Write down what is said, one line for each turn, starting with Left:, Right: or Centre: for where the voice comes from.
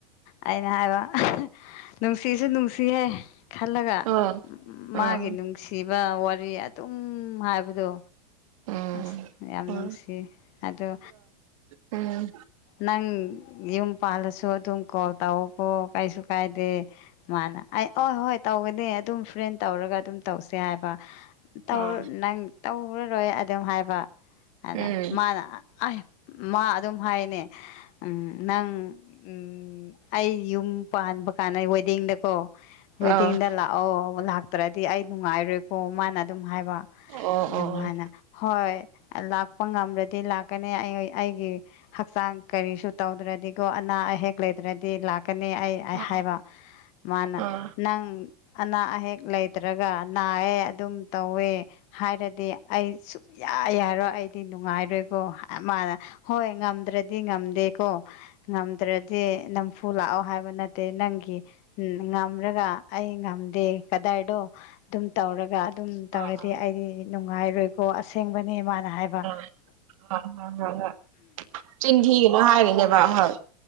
Left: ꯑꯩꯅ ꯍꯥꯏꯕ ꯅꯨꯡꯁꯤꯁꯨ ꯅꯨꯡꯁꯤꯍꯦ ꯈꯜꯂꯒ
Right: ꯑꯥ
Left: ꯎ
Right: ꯑꯥ
Left: ꯃꯥꯒꯤ ꯅꯨꯡꯁꯤꯕ ꯋꯥꯔꯤ ꯑꯗꯨꯝ ꯍꯥꯏꯕꯗꯣ
Right: ꯎꯝ
Left: ꯑꯁ ꯌꯥꯝ
Right: ꯎꯝ
Left: ꯅꯨꯡꯁꯤ ꯑꯗꯣ
Right: ꯎꯝ
Left: ꯅꯪ ꯌꯨꯝ ꯄꯥꯜꯂꯁꯨ ꯑꯗꯨꯝ ꯀꯣꯜ ꯇꯧꯀꯣ ꯀꯩꯁꯨ ꯀꯥꯏꯗꯦ ꯃꯥꯅ ꯑꯩ ꯍ ꯍꯣꯏ ꯇꯧꯒꯅꯤ ꯑꯗꯨꯝ ꯐ꯭ꯔꯦꯟ ꯇꯧꯔꯒ ꯑꯗꯨꯝ ꯇꯧꯁꯦ ꯍꯥꯏꯕ ꯇꯧ
Right: ꯑꯥ
Left: ꯅꯪ ꯇꯧꯔꯔꯣꯏ ꯑꯗꯨꯝ ꯍꯥꯏꯕ ꯑꯗꯨꯅ
Right: ꯎꯝ
Left: ꯃꯥꯅ ꯃꯥ ꯑꯗꯨꯝ ꯍꯥꯏꯅꯦ ꯅꯪ ꯎꯝ ꯑꯩ ꯌꯨꯝ ꯄꯟꯕ ꯀꯥꯟꯅ ꯋꯦꯗꯤꯡꯗꯀꯣ ꯋꯦꯗꯤꯡꯗ
Right: ꯑꯥ
Left: ꯂꯥꯛꯑꯣ ꯂꯥꯛꯇ꯭ꯔꯗꯤ ꯑꯩ ꯅꯨꯡꯉꯥꯏꯔꯣꯏꯀꯣ ꯃꯥꯅ ꯑꯗꯨꯝ ꯍꯥꯏꯕ
Right: ꯑꯣ
Left: ꯑꯗꯨꯝ
Right: ꯑꯣ
Left: ꯍꯥꯏꯥꯏꯅ ꯍꯣꯏ ꯂꯥꯛꯄ ꯉꯝꯃ꯭ꯔꯗꯤ ꯂꯥꯛꯀꯅꯤ ꯑꯩ ꯑꯩꯒꯤ ꯍꯛꯆꯥꯡ ꯀꯔꯤꯁꯨ ꯇꯧꯗ꯭ꯔꯗꯤꯒꯣ ꯑꯅꯥ ꯑꯌꯦꯛ ꯂꯩꯇ꯭ꯔꯗꯤ ꯂꯥꯛ ꯅꯤ ꯑꯩ
Right: ꯑꯥ
Left: ꯍꯥꯏꯕ ꯃꯥꯅ
Right: ꯑꯥ
Left: ꯅꯪ ꯑꯅꯥ ꯑ ꯍꯦꯛ ꯂꯩꯇ꯭ꯔꯒ ꯅꯥꯌꯦ ꯑꯗꯨꯝ ꯇꯧꯋꯦ ꯍꯥꯏꯔꯗꯤ ꯑꯩ ꯁꯨꯡꯛꯌꯥ ꯌꯥꯔꯣꯏ ꯑꯩꯗꯤ ꯅꯨꯡꯉꯥꯏꯔꯣꯏꯀꯣ ꯃꯥꯅ ꯍꯣꯏ ꯉꯝꯗ꯭ꯔꯗꯤ ꯉꯝꯗꯦꯀꯣ ꯉꯝꯗ꯭ꯔꯗꯤ ꯅꯝꯐꯨ ꯂꯥꯛꯑꯣ ꯍꯥꯏꯕ ꯅꯠꯇꯦ ꯅꯪꯒꯤ ꯎꯝ ꯉꯝꯔꯒ ꯑꯩ ꯉꯝꯗꯦ ꯀꯗꯥꯏꯗꯣ ꯑꯗꯨꯝ ꯇꯧꯔꯒ ꯑꯗꯨꯝ ꯇꯧꯔꯗꯤ
Right: ꯑꯥ
Left: ꯑꯩꯗꯤ ꯅꯨꯡꯉꯥꯏꯔꯣꯏꯀꯣ ꯑꯁꯦꯡꯕꯅꯦ ꯃꯥꯅ ꯍꯥꯏꯕ
Right: ꯍ ꯍꯣꯏ ꯍꯣꯏ ꯍꯣꯏ ꯆꯤꯟꯊꯤꯒꯅꯣ ꯍꯥꯏꯔꯤꯅꯦꯕ ꯍꯣꯏ